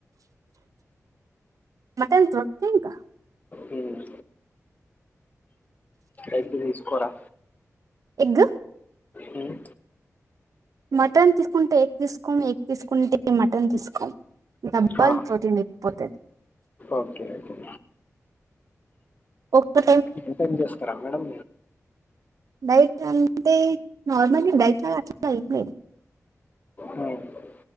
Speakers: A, on the right; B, on the left.
A: మటన్ తో ఇంకా
B: మ్మ్. ఎగ్ తీసుకోరా
A: ఎగ్
B: మ్మ్.
A: మటన్ తీసుకుంటే ఎగ్ తీసుకోం ఎగ్ తీసుకుంటే మటన్ తీసుకోం ఇ దబ్బల్
B: ఆ.
A: ప్రతినిక పోతె
B: ఓకే ఓకే
A: ఒక్క
B: ఎంటైం చేస్తారా మేడం
A: డైట్ అంటే నార్మల్గా డైట్ అట్లా ఏం లేదు
B: నిన్న